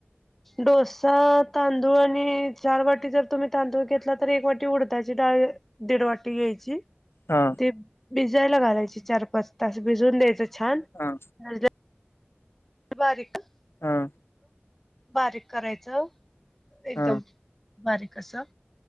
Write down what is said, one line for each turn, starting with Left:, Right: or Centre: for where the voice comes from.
Centre: डोसा तांदूळ आणि, चार वाटी जर तुम्ही तांदूळ घेतला तर एक वाटी उडदाची डाळ. दीड वाटी घ्यायची.
Left: हा.
Centre: ते, भिजयला घालायचे चार पाच तास भिजून द्यायचं छान,
Left: हा
Centre: नंतर <unintelligible>
Left: हां.
Centre: बारीक करायचं, एकदम.
Left: हा
Centre: बारीक असं